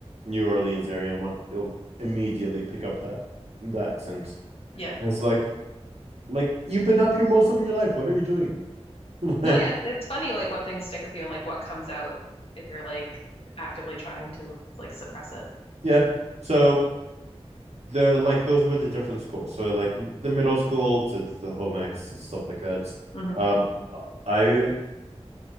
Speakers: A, on the right (about 75°); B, on the left (about 60°).
A: New Orleans area and whatnot, they'll immediately pick up that the accent.
B: Yeah.
A: And it's like like you've been up here most of your life. What are you doing? <laughs>
B: No, yeah, it's funny like what things stick with you and like what comes out if you're like actively trying to like suppress it.
A: yeah. So the like those were the different schools. So like the middle school did the home ex and stuff like that.
B: hmm
A: Um, I